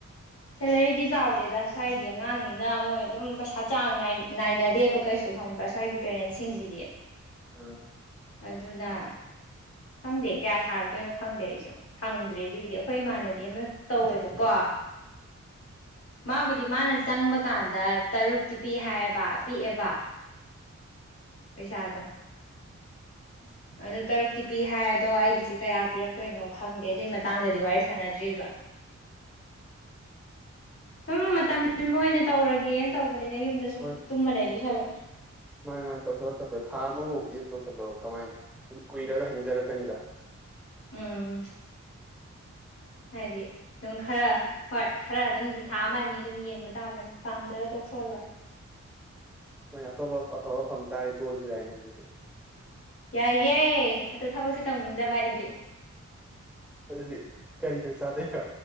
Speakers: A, on the left; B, in the centre.
A: ꯁꯦꯂꯔꯤꯗꯤ ꯆꯥꯎꯗꯦꯗ ꯁ꯭ꯋꯥꯏꯒꯤ ꯑꯉꯥꯡꯅꯤꯅ ꯃꯣꯏ ꯑꯗꯨꯝ ꯄꯩꯁꯥ ꯆꯥꯡ ꯅꯥꯏ ꯅꯥꯏꯅꯗꯦꯕ ꯀꯩꯁꯨ ꯈꯪꯕ꯭ꯔꯥ ꯁ꯭ꯋꯥꯏꯒꯤ ꯄꯦꯔꯦꯟꯁꯤꯡꯁꯤꯗꯤ
B: ꯑꯥ
A: ꯑꯗꯨꯅ ꯈꯪꯗꯦ ꯀꯌꯥ ꯁꯥꯔꯛꯇꯣꯏꯅꯣ ꯈꯪꯗꯦ ꯑꯩꯁꯨ ꯍꯪꯗ꯭ꯔꯦ ꯑꯗꯨꯒꯤꯗꯤ ꯑꯩꯈꯣꯏ ꯏꯃꯥꯟꯅꯕꯤ ꯑꯃꯅ ꯇꯧꯋꯦꯕꯀꯣ ꯃꯥꯕꯨꯗꯤ ꯃꯥꯅ ꯆꯪꯕ ꯀꯥꯟꯗ ꯇꯔꯨꯛꯇꯤ ꯄꯤ ꯍꯥꯏꯌꯦꯕ ꯄꯤꯛꯑꯦꯕ ꯄꯩꯁꯥꯗꯣ
B: ꯎꯝ
A: <unintelligible> ꯑꯗꯣ ꯇꯔꯨꯛꯇꯤ ꯄꯤ ꯍꯥꯏ ꯑꯗꯣ ꯑꯩꯒꯤꯖꯤ ꯀꯌꯥ ꯄꯤꯔꯛꯇꯣꯏꯅꯣ ꯈꯪꯗꯦ ꯑꯗꯨꯏ ꯃꯇꯥꯡꯗꯗꯤ ꯋꯥꯔꯤ ꯁꯥꯟꯅꯗ꯭ꯔꯤꯕ ꯁꯨꯝ ꯃꯇꯝ ꯂꯦꯟꯕ ꯑꯣꯏꯅ ꯇꯧꯔꯒꯦꯅ ꯇꯧꯕꯅꯤꯗ ꯌꯨꯝꯗ ꯁꯨꯝ
B: ꯍꯣꯏ
A: ꯇꯨꯝꯃ ꯂꯩꯗꯣꯏ ꯁꯔꯨꯛ
B: ꯃꯥꯅꯤ ꯃꯥꯅꯤ ꯇꯧꯁꯜꯂꫭ ꯇꯧꯁꯜꯂꫭ ꯊꯥ ꯑꯃꯕꯨꯛꯇꯤ ꯑꯗꯨꯝ ꯇꯧꯁꯤꯜꯂꫭ ꯀꯃꯥꯏ ꯑꯗꯨꯝ ꯀꯨꯏꯔꯒ ꯍꯩꯅꯖꯔꯛꯀꯅꯤꯗ
A: ꯎꯝ ꯍꯥꯏꯗꯤ ꯑꯗꯨꯝ ꯈꯔ ꯍꯣꯏ ꯈꯔ ꯑꯗꯨꯝ ꯊꯥ ꯑꯃ ꯑꯅꯤ ꯑꯗꯨꯝ ꯌꯦꯡꯕ ꯇꯥꯕꯅꯤ ꯄꯥꯝꯗ꯭ꯔꯥ ꯇꯣꯛꯊꯣꯛꯑ ꯂꯣꯏꯔꯦ
B: ꯍꫭꯏꯅꯦ ꯑꯇꯣꯞꯄ ꯑꯐꯕ ꯐꯪ ꯇꯥꯔꯦ ꯇꯣꯛꯑꯖꯨ ꯌꯥꯏꯅꯦ ꯑꯗꯨꯗꯤ
A: ꯌꯥꯏꯌꯦ ꯑꯗꯣ ꯊꯕꯛꯁꯦ ꯇꯧꯅꯤꯡꯗꯕ ꯑꯩꯗꯤ
B: ꯑꯗꯨꯗꯤ ꯀꯔꯤꯅ ꯆꯥꯗꯣꯏꯕ